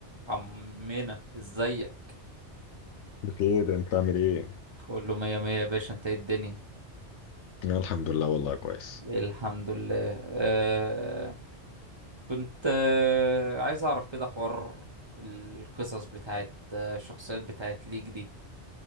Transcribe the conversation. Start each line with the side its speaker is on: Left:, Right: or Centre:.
Right: عمنا ازيك
Left: بخير انت عامل ايه؟
Right: كله مية مية يا باشا انت ايه الدنيا
Left: أنا الحمد لله والله كويس
Right: الحمد لله آه كنت آه عايز اعرف كده حوار القصص بتاعت آه، الشخصيات بتاعت ليك دي